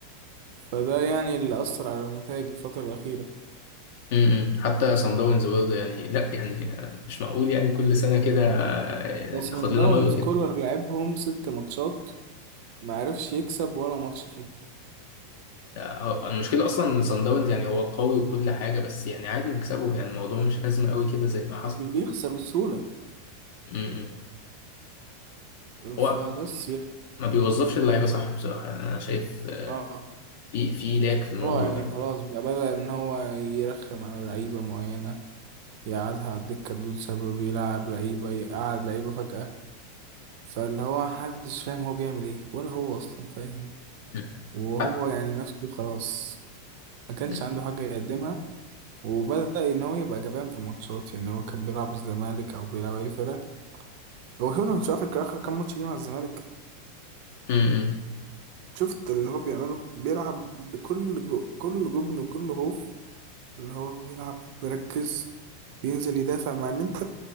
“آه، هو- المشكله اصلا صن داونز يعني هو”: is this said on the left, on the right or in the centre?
Left